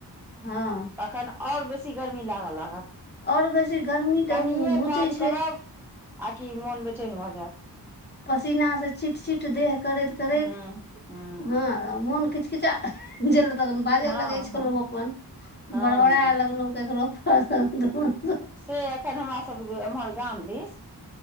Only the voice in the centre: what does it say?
तखन आओर बेसी गर्मी लागऽ लागत।
कनिये
काज
करब आकि मोन बेचैन भऽ जायत।
हूं हूं
हँ
हँ
हँ
से एखन हमरा सब एम्हर गाम दिस